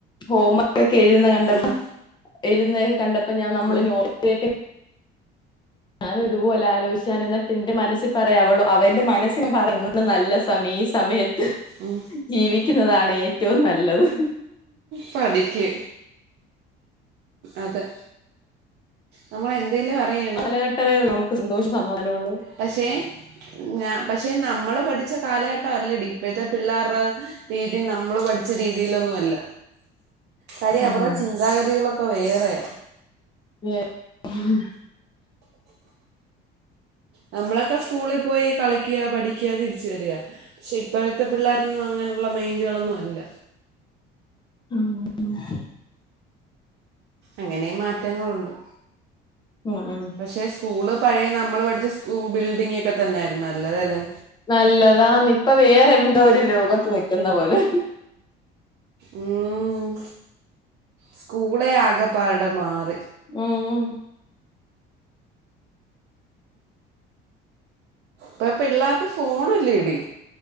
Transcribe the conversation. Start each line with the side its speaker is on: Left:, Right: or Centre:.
Left: ഹോംമ ക്കെ എഴുതന്ന കണ്ടപ്പ
Right: ഉം,
Left: എഴുതുന്നതൊക്കെ കണ്ടപ്പ ഞാ നമ്മള്
Right: ഉം,
Left: നോട്ട് <unintelligible> കെ ഞാനും ഇത്പോലെ ആലോചിചാന് ന്നട്ട് ന്റെ മനസ്സിപറയാ അവളൊ അവ ന്റെ മനസ്സി ഞാ പറയ് ന്ന് ന്ന് നല്ല സമീ ഈ സമയത്ത്
Right: ഉം
Left: ജീവിക്കുന്നതാണ് ഏറ്റവും നല്ലത്
Right: പഠിക്ക് അതെ. നമ്മളെ ന്തേലു അറിയ
Left: കാലഘട്ടമേ ഉള്ളൂ നമുക്ക് സന്തോഷോം സമാധാനവും ഒള്ളത്.
Right: പക്ഷെ ഞാ പക്ഷെ നമ്മള് പഠിച്ച കാലഘട്ടം അല്ലടി ഇപ്പഴത്തെ പിള്ളാ ർടെ രീതിം നമ്മള് പഠിച്ച രീതിയിലൊന്നും അല്ല. കാര്യം
Left: ഉം
Right: അവർടെ ചിന്താഗതികളൊക്കെ വേറെയാ
Left: വെ <unintelligible>
Right: നമ്മളെക്കെ സ്കൂളി പോയി കളിക്ക്യാ, പഠിക്ക്യാ, തിരിച്ച് വരിക. പക്ഷെ ഇ പ്പഴത്തെ പിള്ളേരൊന്നും അങ്ങനെള്ള മൈൻഡുകളൊന്നും അല്ല.
Left: ആഹ് <unintelligible>
Right: അങ്ങനേം മാറ്റങ്ങളുണ്ട്
Left: ആഹ് ആഹ്
Right: പക്ഷേ സ്കൂള് പഴയ നമ്മൾ പഠിച്ച സ്കൂ ബിൽഡിംങ്ങൊക്കെ തന്നെയായിരുന്നു നല്ലതെല്ലേ.
Left: നല്ലതാന്ന്. ഇപ്പ വേറെ എന്തോര് ലോകത്ത് നിക്കുന്ന പോലെ.
Right: ഉം. സ്ക്കൂളെ ആകപ്പാടെ മാറി.
Left: ഉം ഉം
Right: പ്പ പിള്ളേർക്ക് ഫോണല്ലേടി.